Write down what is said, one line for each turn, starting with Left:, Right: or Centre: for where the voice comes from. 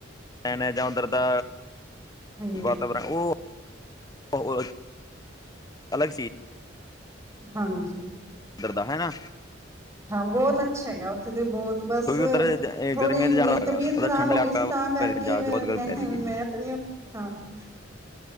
Left: ਨ ਜਾਂ ਉੱਧਰ ਦਾ
Right: ਹਮ
Left: ਵਾਤਾਵਰਨ ਉਹ ਹੋ ਅਲਗ ਸੀਜ਼
Right: ਹਾਂਜੀ
Left: ਇੱਧਰ ਦਾ ਹੈ ਨਾ
Right: ਹਾਂ ਬੋਤ ਅੱਛਾ ਹੈਗਾ। ਉਥੇ ਤੇ ਬੋਤ ਬਸ
Left: ਕਿਉਂਕਿ ਉਧਰ
Right: ਥੋੜ੍ਹੀ
Left: ਗਰਮੀਆਂ 'ਚ
Right: ਮੇਰੀ
Left: ਜ਼ਿਆਦਾ ਹੈਗਾ
Right: ਤਬੀਅਤ
Left: ਉਹਦਾ
Right: ਖ਼ਰਾਬ
Left: ਠੰਡਾ
Right: ਹੋ
Left: ਇਲਾਕਾ
Right: ਗਈ ਸੀ,
Left: ਪੈ-
Right: ਤਾਂ ਕਰਕੇ
Left: ਪੰਜਾਬ
Right: ਫੇਿਰ
Left: 'ਚ ਬਹੁਤ
Right: ਮੈਂ
Left: ਗਰਮੀ ਪੈ ਰਹੀ
Right: ਮੈਂ-
Left: ਹੈ
Right: ਨ ਹਾਂ